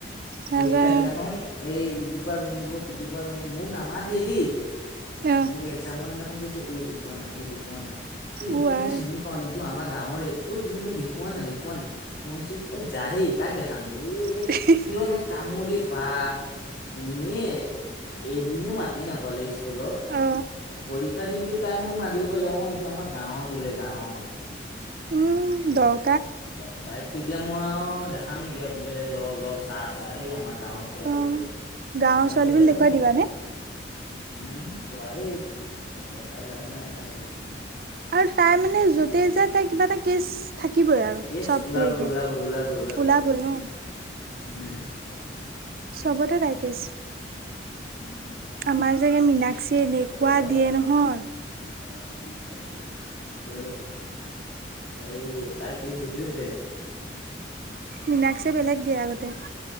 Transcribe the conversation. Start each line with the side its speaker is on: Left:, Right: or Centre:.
Right: নাযায়
Left: পৰীক্ষা দিনাখন এই ইটোৰপা জমিব, সিটোৰপা জমিব মোক নামাতে দেই।
Right: অ
Left: মোক এক্মামৰ দিনাখন কৈছে, ঐই দেখুওা না? ঐ দেখুৱা না? ঐই ইয়াকতো
Right: অ আই
Left: মই চিনি পাওঁ। আমাৰ গাঁৱৰে, ঐ তুমি মোক দেখুৱা না? দেখুওা না? মই কৈছো, এ যাহে কাক দেখাম।
Right: <unintelligible>
Left: সিয় ইমান কামোৰ দিয়ে, বাহ এনে এদিনো মাতি নাপালে স্কুলত
Right: অ
Left: পৰীক শিক্ষা দিনটোত তাই মোক মাতিব পালে, অ', এইটো আমাৰ গাঁৱৰ বোলে গাঁৱৰ।
Right: উম, দৰ
Left: তা-তাইক তেতিয়া মই আৰু দেখাম নেকি? আৰু বোলে, ল ল চাহ চাহ সি আমাৰ গাঁৱৰ ছোৱালী
Right: অ
Left: বোলে,
Right: গাঁৱৰ
Left: তেনেকা
Right: ছোৱালী
Left: কৈ
Right: বুলি
Left: দেখাম
Right: দেখুৱাই
Left: নেকি
Right: দিবানে
Left: আৰু? উম। থোৱাহেই, তাক দেখাই লাভ নাই <unintelligible> ছোৱলি।
Right: আৰু তাই মানে, যতেই যায় তাই কিবা এটা কেচ থাকিবই আৰু,
Left: কেছ
Right: চব
Left: ওলাবই
Right: হেৰিতে
Left: ওলাবই ওলাবই
Right: ওলাবই অ'।
Left: উম।
Right: চবতে তাইৰ কেচ।
Left: উম
Right: আমাৰ যে, মীনাক্ষি এনেকুৱা
Left: ক'ত পালা
Right: দিয়ে নহয়?
Left: <unintelligible> এই, তাইৰ কেচ যতে ততে।
Right: মীনাক্ষী বেলেগ দিয়ে আগতে।